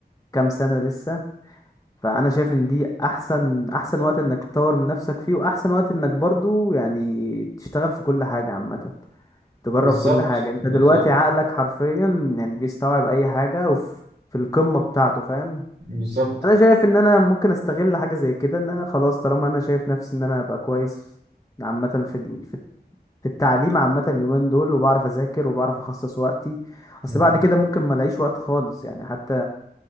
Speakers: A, on the left; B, on the right.
A: كام سنة لسه فانا شايف ان دي احسن احسن وقت انك تطور من نفسك فيه واحسن وقت انك برضو يعني تشتغل في كل حاجة عامة تجرب
B: بالظبط
A: كل حاجة انت
B: بالظبط
A: دلوقتي عقلك حرفيا يعني بيستوعب اي حاجة وفي في القمة بتاعته فاهم
B: بالظبط
A: انا شايف ان انا ممكن استغل حاجة زي كده ان انا خلاص طالما انا شايف نفسي ان انا هبقى كويس عامة في ال- في في التعليم عامة اليومين دول وبعرف اذاكر وبعرف اخصص وقتي اصل
B: مم.
A: بعد كده ممكن ما الاقيش وقت خالص يعني حتى